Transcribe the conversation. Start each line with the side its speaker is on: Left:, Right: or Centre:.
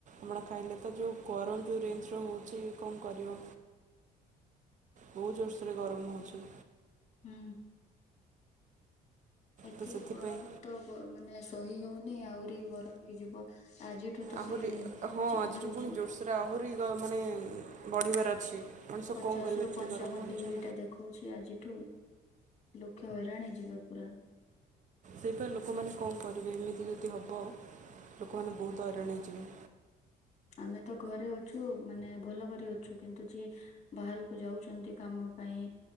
Right: ଆପଣ ଖାଇଲେ ତୋ ଯୋଉ ଗରମ ଯେ ରେ୍ଜ ହେଉଛି କଣ କରିବ। ବହୁତ ଜୋର୍ଷରେ ଗରମ ହଉଛି।
Left: ହୁଁ। ଏତିକି
Right: ତ ସେଥିପାଇଁ
Left: ଗରମ ତ ମାନେ ସହି ହଉନି ଆହୁରି ଗରମ ହେଇଯିବ ଆଜିଠୁ ତ
Right: ଆହୁରି
Left: ସେଇ
Right: ହଁ
Left: ଚେଞ୍ଜ
Right: ଆଜିଠୁ
Left: ହୋଉଛି।
Right: ପୁଣି ଜୋରସୋରରେ ଆହୁରି ମାନେ ବଢ଼ିବାର ଅଛି। ମଣିଷ
Left: ପଚାଶ
Right: କଣ କରିବେ
Left: ରୁ
Right: ଏତେ
Left: ପଞ୍ଚାବନ
Right: ଗରମ ହେଲେ
Left: ଡିଗ୍ରୀ ଟା ଦେଖଉଛି ଆଜିଠୁ। ଲୋକେ ହଇରାଣ ହେଇ ଯିବେ ପୁରା।
Right: ସେହିପରି ଲୋକମାନେ କଣ କରିବେ ଏମିତି ଯଦି ହବ ଲୋକମାନେ ବହୁତ ହଇରାଣ ହେଇ ଯିବେ।
Left: ଆମେ ତ ଘରେ ଅଛୁ ମାନେ ଭଲ କରି ଅଛୁ କିନ୍ତୁ ଯିଏ ବାହାରକୁ ଯାଉଛନ୍ତି କାମ ପାଇଁ